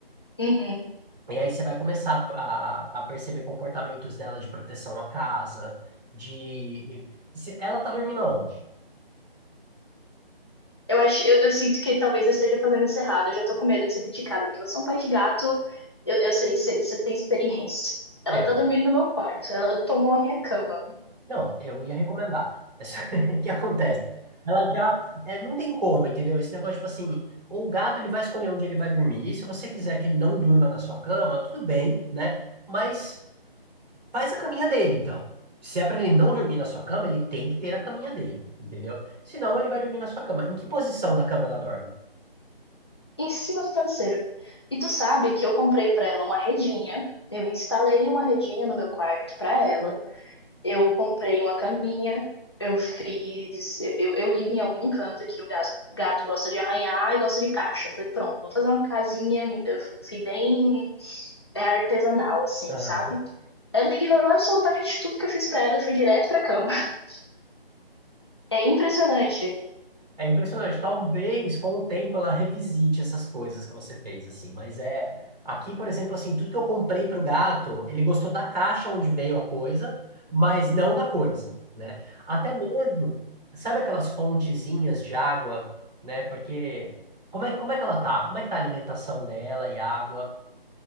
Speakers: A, on the left (about 25°); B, on the right (about 45°).
A: Uhum.
B: E aí você vai começar a, a perceber comportamentos dela de proteção à casa, de... se- Ela tá dormindo aonde?
A: Eu acho, eu, eu sinto que talvez eu esteja fazendo isso errado. Eu já tô com medo de ser criticada, porque você é um pai de gato, eu, eu sei que você, você tem experiência. Ela
B: É,
A: tá dormindo no meu quarto, ela tomou a minha cama,
B: não, eu ia recomendar. <laughs> O que acontece? Ela já... é, não tem como, entendeu? Esse negócio, tipo assim, o gato ele vai escolher onde ele vai dormir. E se você quiser que ele não durma na sua cama, tudo bem, né? Mas faz a caminha dele, então. Se é pra ele não dormir na sua cama, ele tem que ter a caminha dele, entendeu? Senão ele vai dormir na sua cama. Em que posição da cama ela dorme?
A: em cima do travesseiro. E tu sabe que eu comprei pra ela uma redinha, eu instalei uma redinha no meu quarto pra ela. Eu comprei uma caminha, eu fiz. Eu, eu li em algum canto que o gato, gato gosta de arranhar e gosta de caixa. Eu falei, pronto, vou fazer uma casinha. Eu fui bem é, artesanal, assim,
B: Aham.
A: sabe? Ela ignorou absolutamente tudo que eu fiz pra ela e foi direto pra cama. <laughs> É impressionante.
B: É impressionante. Talvez com o tempo ela revisite essas coisas que você fez, assim. Mas é. Aqui, por exemplo, assim, tudo que eu comprei pro gato, ele gostou da caixa onde veio a coisa, mas não da coisa, né? Até mesmo, sabe aquelas fontezinhas de água, né? Porque como é, como é que ela tá? Como é que tá a alimentação dela e água?